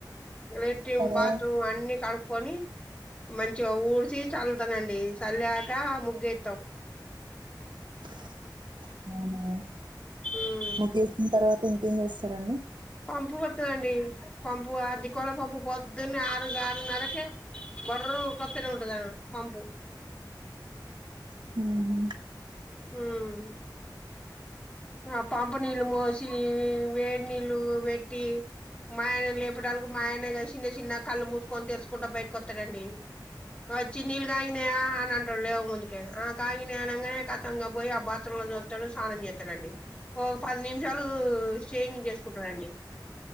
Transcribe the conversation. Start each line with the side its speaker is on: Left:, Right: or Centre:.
Left: ఎటి
Right: తర్వా
Left: బ అన్ని కడుక్కొని మంచిగా ఊడ్సి చల్ నండి చలిక ముగ్గేస్తాం
Right: అ
Left: ఉమ్
Right: ముగిసిన తర్వాత ఇంకేం చేస్తారండి
Left: పంపు వత్తదండి పంపు ఆ దిక్కోల పంపు పోద్ అని ఆరు ఆరు నరక బర్ర్ కొత్త గా ఉంటదామె పంపు
Right: హ్మ్
Left: హ్మ్ ఆ పంపు నీళ్ళు మోసి వేడి నీళ్ళు పెట్టి మాఆయనని లేప్ చెప్పడాలకు మాఆయనే గా చిన్న చిన్న కళ్ళు మూసుకొని తెరుసుకుంట బయటకు వత్తడండి. వచ్చి నీళ్ళ్ కాగినయా అని అం లేవు ముందుకే ఆ కాగినియ్ అనంగానే కతంగా పోయి ఆ బాత్రూమ్ లో చూత్తడు స్నానం చే త్తడండి ఓ పది నిమిషాలు షేవింగ్ చేసుకుంటడండి